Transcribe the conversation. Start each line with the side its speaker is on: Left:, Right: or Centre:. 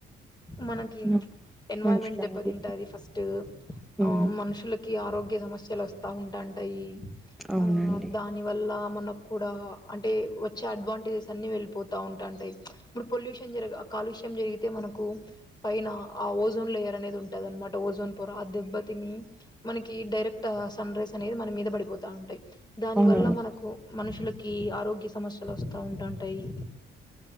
Left: మనకి
Centre: ఆ.
Left: ఎన్వన్మెంట్
Centre: మనుషుల
Left: దెబ్బతింటాది
Centre: ఆరోగ్యం
Left: ఫస్ట్
Centre: ఉమ్,
Left: ఆ మనుషులకి ఆరోగ్య సమస్య తెలుస్తా ఉంటాంటాయి
Centre: అవునండి
Left: ఆ దాని వల్ల మన కూడా అంటే వచ్చే అడ్వాంటేజెస్ అన్ని వెళ్ళిపోతా ఉంటాంటాయి. ఇప్పుడు పొల్యూషన్ జర కాలుష్య షం జరిగితే మనకు పైన ఆ ఓజోన్ లేయర్ అనేది ఉంటది అనమాట ఓజోన్ పొర ఆ దెబ్బతిని మనకి డైరెక్ట్ సన్ రైజ్ అనేది మన మీద పడిపోతా ఉంటాయి. దాని
Centre: అవునవును
Left: వల్ల మనకు మనుషులకి ఆరోగ్య సమస్యలు వస్తా ఉంటంటాయి.